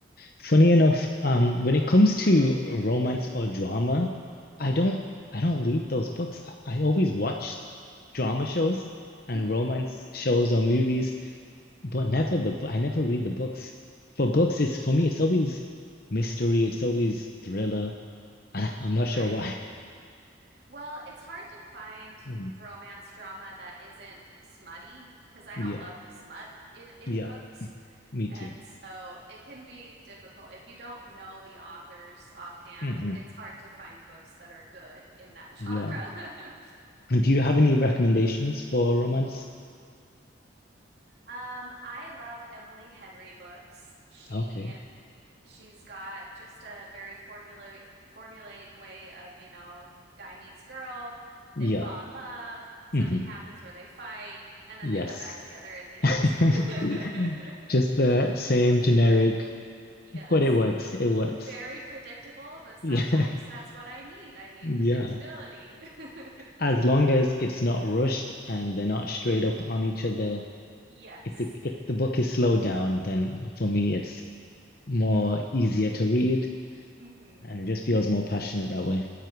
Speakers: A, on the right (about 55°); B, on the left (about 50°).
A: Mhm.
B: Funny enough, um, when it comes to romance or drama,
A: Mhm.
B: I don't I don't read those books. I, I always watch drama shows and
A: Mhm.
B: romance shows or movies, but never the bu- I never read the books. For books, it's for me, it's always mystery, it's always thriller, and <laughs> I'm not
A: Right.
B: sure why.
A: Well, it's hard to find
B: mm
A: romance drama that isn't smutty because I
B: Yeah,
A: don't love the smut in, in
B: yeah,
A: books.
B: me too.
A: And so it can be difficult. If you don't know the authors offhand,
B: hmm
A: it's hard to find books that are good in that genre.
B: Yeah.
A: <laughs>
B: Do you have any recommendations
A: Yeah.
B: for romance?
A: Um, I love Emily Henry books. She
B: Okay.
A: she's got just a very formulaic formulaic way of, you know, guy meets girl,
B: Yeah.
A: they fall in love, something
B: hmm
A: happens where they fight, and then
B: Yes.
A: they come back together in the end.
B: <laughs>
A: <laughs>
B: Just the same generic,
A: Yes,
B: but it works. It works.
A: very predictable, but sometimes
B: Yeah. <laughs>
A: that's what I need. I need
B: Yeah.
A: predictability. <laughs>
B: As long as it's not rushed and they're not straight up on each other.
A: Yes.
B: If the if the book is slowed down, then for me it's more easier to read
A: hmm
B: and it just feels more passionate that way.